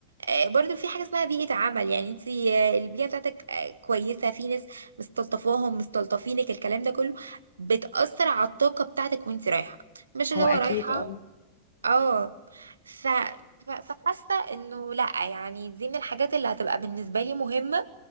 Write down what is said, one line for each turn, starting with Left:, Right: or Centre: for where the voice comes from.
Right: آه، برضو في حاجة اسمها بيئة عمل يعني انت آه، البيئة بتاعتك آه، كويسة في ناس مستلطفاهم مستلطفينك الكلام ده كله بتأثر على الطاقة بتاعتك وانت رايحة مش
Left: هو
Right: اللي هو
Left: اكيد
Right: رايحة
Left: اه
Right: اه ف... ف- فحاسه انه لا يعني دي من الحاجات اللي هتبقى بالنسبه لي مهمه